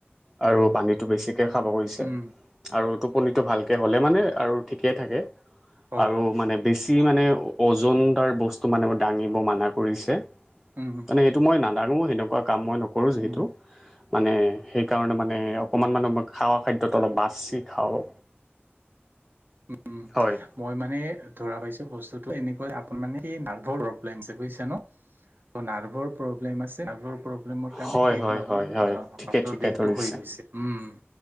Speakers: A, in the centre; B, on the right (about 55°).
A: আৰু পানীটো বেছি কে খাব কৈছে
B: উম
A: আৰু টোপনিটো ভালকে হ'লে মানে আৰু ঠিকে থাকে
B: অ
A: আৰু
B: অ
A: মানে বেছি মানে অজন দাৰ বস্তু মানে দাঙিব মানা কৰিছে
B: উম
A: মানে সেইটো মই নাদাঙো সেনেকুৱা কাম মই নকৰোঁ যিহেতু
B: উম
A: মানে সেইকাৰণে মানে অকণমান মানে মই খাৱা খাদ্যটো অলপ বাচি খাওঁ
B: <inaudible> উম
A: হয়
B: মই মানে ধৰা পাইছো বস্তুটো এনেকুৱা আপোনাৰ মানে নাৰ্ভৰ প্ৰব্লেম বুজিছা ন ত' নাৰ্ভৰ প্ৰ'ব্লেম আছে নাৰ্ভৰ প্ৰব্লেমৰ কাৰণে
A: হয়
B: সেইটো
A: হয়
B: আপোনাৰ
A: হয় হয়
B: আ
A: ঠিকে
B: বাটৰ
A: ঠিকে
B: বিষ
A: ধৰিছে
B: ছে উম